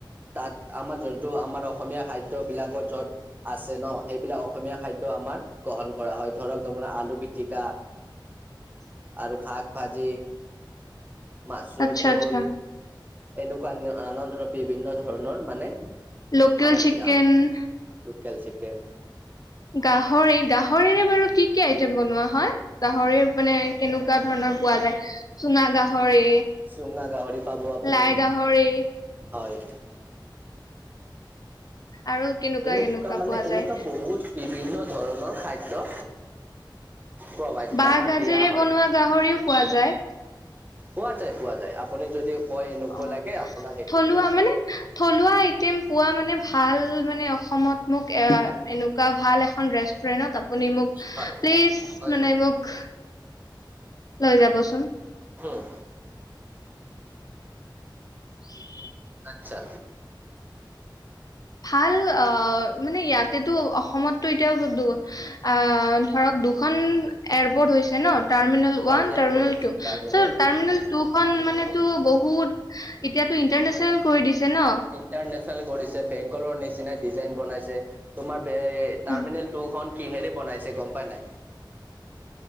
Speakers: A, on the right (about 20°); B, on the left (about 50°).
A: তাত আমাৰ যোনটো আমাৰ অসমীয়া খাদ্য বিলাকত যত, আছে ন, সেইবিলাক অসমীয়া খাদ্য আমাৰ, গ্ৰহণ কৰা হয়। ধৰক তোমাৰ আলু পিটিকা, আৰু শাক ভাজি, মাছৰ
B: আচ্ছা
A: জোল,
B: আচ্ছা
A: এনেকুৱা নানা ধৰণৰ বিভিন্ন ধৰণৰ মানে,
B: লোকেল
A: আমাৰ
B: চিকেন
A: দিয়া হয়। লোকেল চিকেন
B: গাহৰি, গাহৰিৰে বাৰু কি কি আইটেম বনোৱা হয়? গাহৰি মানে কেনেকুৱা ধৰণৰ পোৱা যায়? চুঙা গাহৰি,
A: চুঙা গাহৰি পাব আপুনি,
B: লাই গাহৰি
A: হয়।
B: আৰু, কেনেকুৱা
A: এনেকুৱা
B: কেনেকুৱা
A: মানে
B: পোৱা
A: এনেকুৱা
B: যায়
A: বহুত বিভিন্ন ধৰণৰ খাদ্য। প্ৰভাইট,
B: বাঁহ
A: আমাক
B: গাজেৰে
A: দিয়া হল।
B: বনোৱা গাহৰিও পোৱা যায়?
A: পোৱা যায়, পোৱা যায়। আপুনি যদি কয় এনেকুৱা
B: অ
A: লাগে, আপোনাক সেইটো
B: থলুৱা
A: দিয়া হৈ
B: মানে
A: যাব।
B: থলুৱা আইটেম পোৱা মানে ভাল মানে অসমত মোক এ এনেকুৱা ভাল এখন ৰেষ্ট ৰেণ্ট আপুনি মোক
A: হয়
B: প্লিজ
A: হয়
B: মানে
A: হয়
B: মোক, লৈ যাবচোন।
A: উম।
B: <unintelligible>
A: আচ্ছা।
B: ভাল, অ মানে ইয়াতেতো অসমতো এতিয়াও দু আহ, ধৰক দুখন এয়াৰপৰ্ট হৈছে ন, টাৰ্মিনেল ওৱান,
A: হয় এয়াৰপৰ্ট
B: টাৰ্মিনেল
A: আছে
B: টু।
A: টাৰ্মিনেল
B: চ্' টাৰ্মিনেল টুখন মানে তো বহুত, এতিয়াতো ইন্টাৰনেচনেল কৰি দিছে ন?
A: ইণ্টাৰনেচনেল কৰি দিছে। বেংগলৰ নিচিনা ডিজাইন বনাইছে। তোমাৰ বে টাৰ্মিনেল,
B: উম,
A: তোৰ খন কিহেৰে বনাইছে গ'ম পাই নাই?